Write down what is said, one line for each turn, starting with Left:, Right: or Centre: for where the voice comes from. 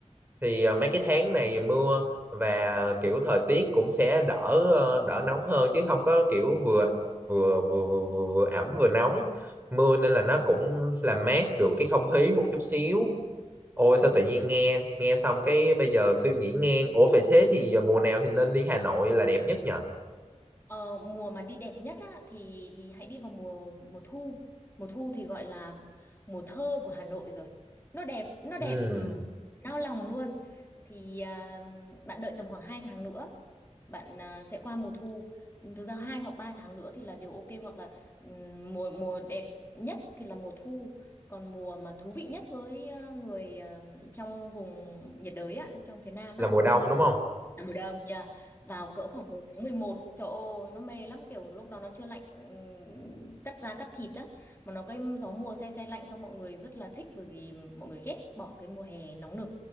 Right: thì ờ, mấy cái tháng này mưa và kiểu thời tiết cũng sẽ đỡ ờ, đỡ nóng hơn chứ không có kiểu vừa vừa vừa vừa, vừa, vừa ẩm vừa nóng mưa nên là
Left: Ừ.
Right: nó cũng làm mát được cái không khí một chút xíu ôi
Left: Ừ.
Right: sao tự nhiên nghe nghe xong cái bây giờ suy nghĩ ngang ủa vậy thế thì ờ, mùa nào thì nên đi Hà Nội là đẹp nhất nhỉ
Left: Ờ, mùa mà đi đẹp nhất á, thì thì hãy đi vào mùa mùa thu. Mùa thu thì gọi là mùa thơ của Hà Nội rồi. Nó đẹp, nó
Right: ừ,
Left: đẹp ừm, nao lòng luôn. Thì à, bạn đợi tầm khoảng 2 tháng nữa, bạn à, sẽ qua mùa thu. Thực ra 2 hoặc 3 tháng nữa thì là điều ok hoặc là ừm, mùa mùa đẹp nhất thì là mùa thu. Còn mùa mà thú vị nhất với ờ, người ờ, trong vùng nhiệt đới á, trong phía Nam
Right: là
Left: đó
Right: mùa đông đúng không
Left: là mùa đông nha vào cỡ khoảng 10 tháng 11 trời ơi nó mê lắm kiểu lúc đó nó chưa lạnh ừm, cắt da cắt thịt á mà nó cái gió mùa se se lạnh xong mọi người rất là thích bởi vì mọi người ghét bỏ cái mùa hè nóng nực